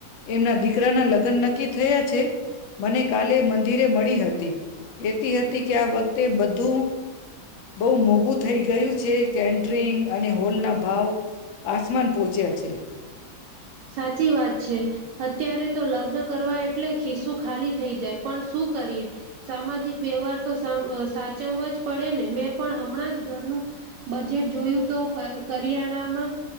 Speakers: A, on the left; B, on the right.
A: એમના દીકરાના લગ્ન નક્કી થયા છે, મને કાલે મંદિરે મળી હતી. કેતી હતી કે્યા આ વખ તે બધું બો મોઘું થઈ ગયું છે, કેન્ટરિંગ અને હોલના ભાવ આસમાન પહોંચ્યા છે.
B: સાચી વાત છે. અત્યારે તો લગ્ન કરવા એટલે ખિસ્સુ ખાલી થઈ જાય, પણ શું કરીએ સામાજિક વ્યવહાર તો સામ સાચવવા જ પડેને, મેં પણ હમણાંજ ઘરનું બજેટ જોયું તો કરિયાણામાં